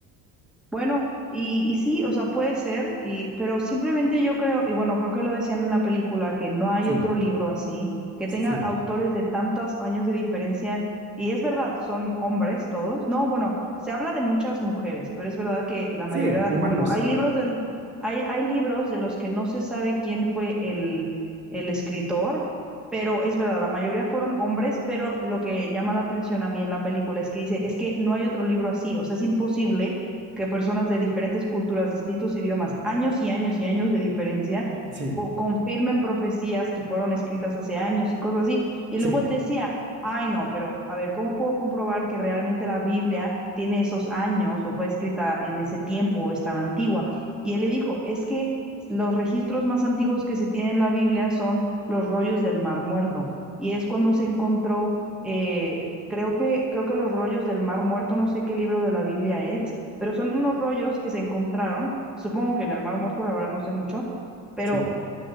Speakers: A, in the centre; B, on the right (about 30°).
A: Bueno, y, y sí, o sea, puede ser, y, pero simplemente yo creo, y bueno, creo que lo decían en la película, que no hay
B: Sí,
A: otro libro así, que
B: sí,
A: tenga autores de tantos años de diferencia, y es verdad, son hombres todos. No, bueno, se habla de muchas mujeres, pero es verdad que la
B: sí,
A: mayoría,
B: humanos,
A: bueno, hay libros del, hay, hay libros de los que no se sabe quién fue el, el escritor, pero es verdad, la mayoría fueron hombres, pero lo que llama la atención a mí en la película es que dice, es que no hay otro libro así, o sea, es imposible que personas de diferentes culturas, distintos idiomas, años y años y años de diferencia,
B: sí,
A: po- confirmen profecías que fueron escritas hace años y cosas así. Y
B: sí,
A: luego él decía, ay no, pero a ver, ¿cómo puedo comprobar que realmente la Biblia tiene esos años o fue escrita en ese tiempo o es tan antigua? Y él le dijo, es que los registros más antiguos que se tienen en la Biblia son los rollos del Mar Muerto. Y es cuando se encontró, eh, creo, que, creo que los rollos del Mar Muerto, no sé qué libro de la Biblia es, pero son unos rollos que se encontraron, supongo que en el Mar Muerto, la verdad no sé mucho, pero,
B: sí,